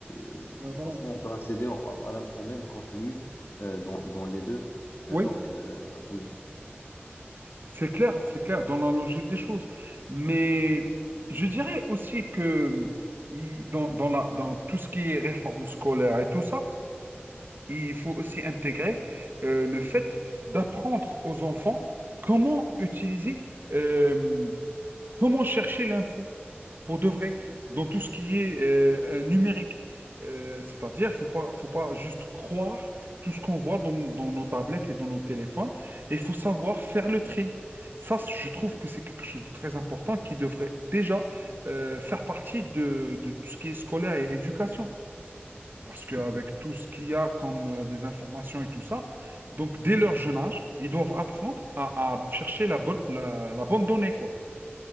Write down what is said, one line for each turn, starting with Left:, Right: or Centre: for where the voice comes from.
Left: euh,
Right: Ouais, voilà.
Left: franchement, on peut accéder en- à la- au même contenu euh, dans, dans les deux. Euh,
Right: Oui,
Left: donc, euh, oui.
Right: c'est clair, c'est clair, dans la logique des choses. Mais je dirais aussi que il- dans, dans la, dans tout ce qui est réforme scolaire et tout ça, il faut aussi intégrer euh, le fait d'apprendre aux enfants comment utiliser, euh, comment chercher l'info pour de vrai dans tout ce qui est euh, euh, numérique. Euh, c'est-à-dire, faut pas, faut pas juste croire tout ce qu'on voit dans, dans nos tablettes et dans nos téléphones, et il faut savoir faire le tri. Ça, c- je trouve que c'est quelque chose de très important qui devrait déjà euh, faire partie de, de tout ce qui est scolaire et éducation. Parce qu'avec
Left: Mhm.
Right: tout ce qu'il y a comme euh, des informations et tout ça, donc dès leur jeune âge, ils doivent apprendre à, à chercher la bonne, la, la bonne donnée, quoi.